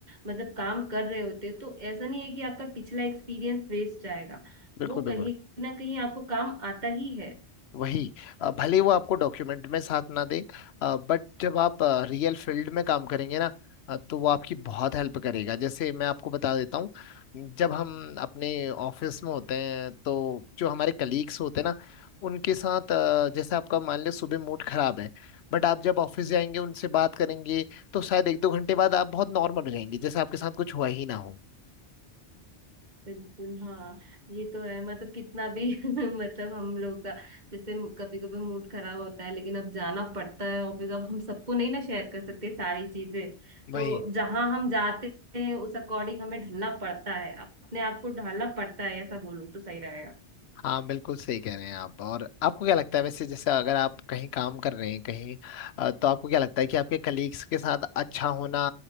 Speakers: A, on the right (about 40°); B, on the left (about 65°).
A: मतलब काम कर रहे होते हो तो ऐसा नहीं है कि आपका पिछला एक्सपीरियंस वेस्ट जाएगा
B: बिल्कुल
A: वो
B: बिल्कुल
A: कहीं ना कहीं आपको काम आता ही है
B: वही अ, भले ही वो आपको डॉक्यूमेंट में साथ ना दे बट जब आप रियल फील्ड में काम करेंगे ना अ, तो वो आपकी बहुत हेल्प करेगा जैसे मैं आपको बता देता हूँ जब हम अपने ऑफिस में होते हैं तो जो हमारे कलीग्स होते हैं ना उनके साथ अ, जैसे आपका मान लो सुबह मूड खराब है बट आप जब ऑफिस जाएंगे उनसे बात करेंगे तो शायद एक दो घंटे बाद आप बहुत नॉर्मल हो जाएंगे जैसे आपके साथ कुछ हुआ ही ना
A: बिल्कुल हाँ ये तो है मतलब कितना भी <laughs> मतलब हम लोग का जैसे कभी कभी मूड खराब होता है लेकिन अब जाना पड़ता है ऑफिस अब हम सबको नहीं ना शेयर कर सकते सारी चीजें
B: हो
A: तो जहाँ हम जाते हैं उस अकॉर्डिंग हमें ढलना पड़ता है अपने आप को ढालना पड़ता है ऐसा बोलूँ तो सही रहेगा
B: हाँ बिल्कुल सही कह रहे हैं आप और आपको क्या लगता है वैसे जैसे अगर आप कहीं काम कर रहे हैं कहीं अ, तो आपको क्या लगता है कि आपके कलीग्स के साथ अच्छा होना